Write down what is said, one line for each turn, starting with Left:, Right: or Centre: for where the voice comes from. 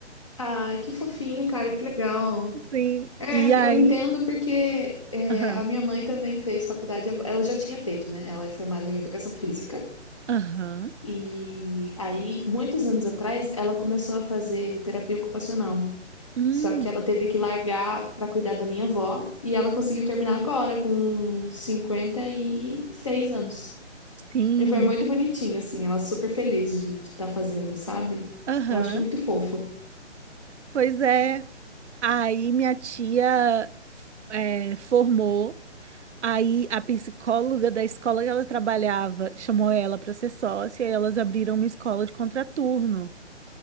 Left: Ah, que fofinho, cara, que legal.
Right: <laughs> Sim,
Left: É,
Right: e aí
Left: eu entendo porque é,
Right: Aham.
Left: a minha mãe também fez faculdade, agora- ela já tinha feito, né? Ela é formada em educação física.
Right: Aham.
Left: E aí, muitos anos atrás, ela começou a fazer terapia ocupacional.
Right: Hum,
Left: Só que ela teve que largar para cuidar da minha avó. E ela conseguiu terminar agora, com 56 anos.
Right: sim.
Left: E foi muito bonitinho, assim. Ela super feliz de estar fazendo, sabe?
Right: Aham.
Left: Eu acho muito fofo.
Right: Pois é. Aí minha tia é, formou. Aí a psicóloga da escola que ela trabalhava chamou ela para ser sócia e elas abriram uma escola de contraturno.